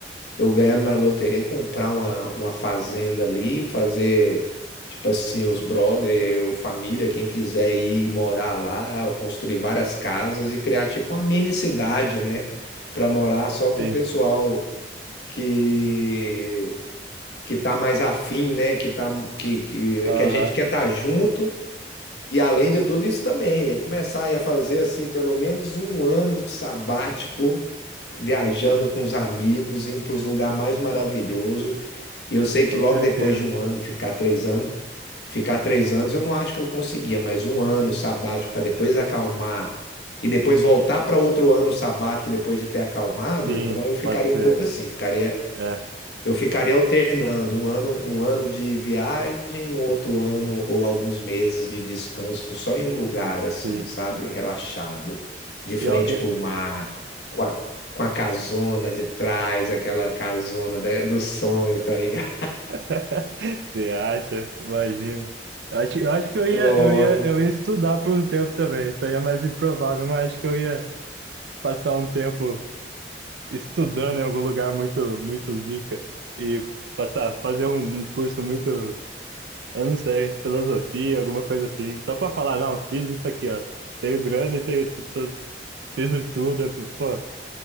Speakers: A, on the left; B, on the right.
A: eu ganhando na loteria, comprar uma, uma fazenda ali, fazer, tipo assim, os brother, ou família, quem quiser ir morar lá, construir várias casas e criar tipo uma mini cidade, né, para morar só com
B: sim.
A: o pessoal que que tá mais afim, né, que tá que que, que
B: Aham,
A: a gente quer estar junto e além de tudo isso também, eu começar aí a fazer assim pelo menos um ano sabático, viajando com os amigos, indo para os lugares mais maravilhosos. E eu sei que
B: com
A: logo
B: certeza.
A: depois de um ano, ficar três anos, ficar três anos, eu não acho que eu conseguia, mas um ano sabático para depois acalmar e depois voltar para outro ano sabático depois de ter acalmado,
B: Sim,
A: então eu ficaria
B: pode ser.
A: um pouco assim, ficaria
B: É,
A: eu ficaria alternando um ano, um ano de viagem, um outro ano ou alguns meses de descanso só em um lugar assim,
B: sim.
A: sabe? Relaxado, de frente
B: E Eu, eu...
A: para o mar, com a, com a casona de trás, aquela casona da- dos sonhos, tá ligado?
B: <laughs> Você acha? Imagina. Eu acho, eu acho que eu
A: <laughs> Lógico.
B: ia, eu ia, eu ia estudar por um tempo também. Isso aí é mais improvável, mas acho que eu ia passar um tempo estudando em algum lugar muito, muito zica e passar, fazer um, um curso muito Eu não sei, filosofia, alguma coisa assim. Só pra falar, não, fiz isso aqui, ó. Tenho grana e tenho, tu- tu- fiz de tudo. Pô,